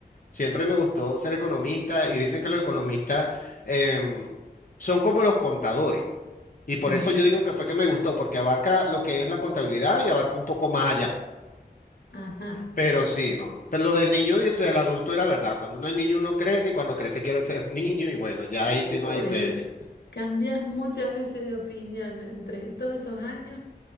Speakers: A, on the left; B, on the left.
A: Siempre me gustó ser economista y dicen que los economistas em, son como los contadores. Y por
B: Ajá,
A: eso yo digo que fue que me gustó, porque abarca lo que es la contabilidad y abarca un poco más allá.
B: ajá.
A: Pero sí, no, no. Pero lo del niño y el del adulto era verdad. Cuando uno es niño, uno crece y cuando crece quiere ser <laughs> niño y bueno, ya ahí
B: Uy,
A: sí no hay pele.
B: cambias muchas veces de opinión entre todos esos años.